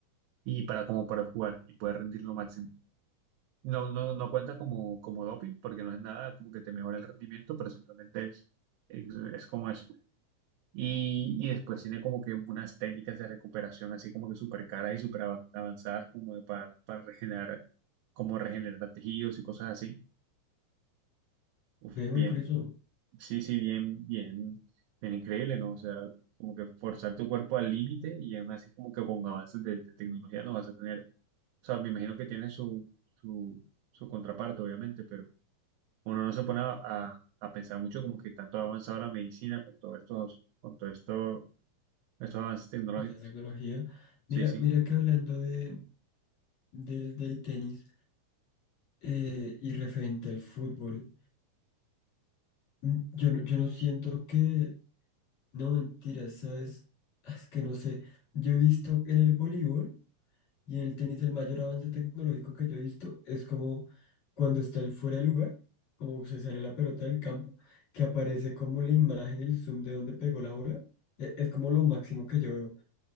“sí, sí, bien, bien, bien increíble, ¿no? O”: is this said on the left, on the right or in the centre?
Right